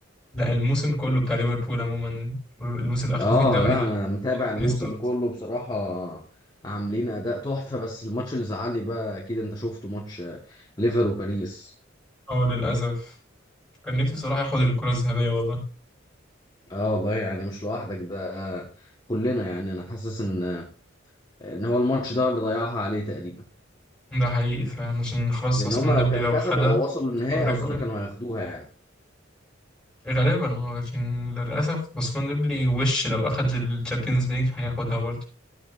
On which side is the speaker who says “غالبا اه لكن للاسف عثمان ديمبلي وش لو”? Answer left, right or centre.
Centre